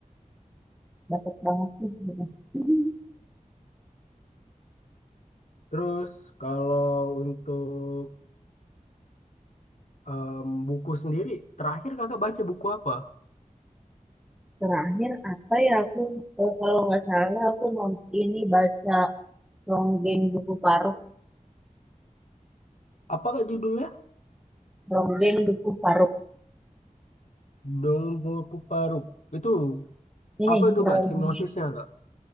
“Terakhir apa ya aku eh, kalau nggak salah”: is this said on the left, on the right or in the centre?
Centre